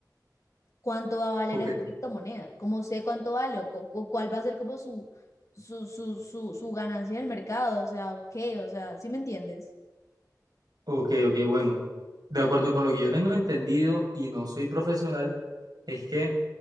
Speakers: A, on the left; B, on the right.
A: cuánto va a valer
B: Ok.
A: esa criptomoneda, cómo sé cuánto vale o, cu- cu- cuál va a ser como su, su, su, su, su ganancia en el mercado, o sea, o qué, o sea, ¿sí me entiendes?
B: Ok, ok, bueno. De acuerdo con lo que yo tengo entendido y no soy profesional, es que